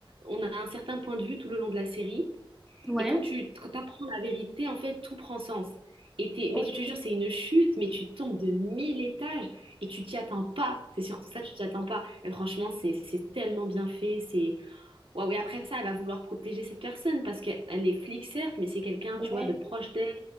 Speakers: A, on the right; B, in the centre.
A: on a un certain point de vue tout le long de la série
B: Ouais.
A: et quand tu quand apprends la vérité, en fait, tout prend sens. Et t'es-
B: Ok.
A: mais je te jure, c'est une chute, mais tu tombes de mille étages et tu t'y attends pas. C'est surtout ça, tu t'y attends pas. Et franchement, c'est c'est tellement bien fait. C'est waouh. Et après ça, elle va vouloir protéger cette personne parce qu'elle est flic, certes, mais c'est quelqu'un,
B: Ouais.
A: tu vois, de proche d'elle.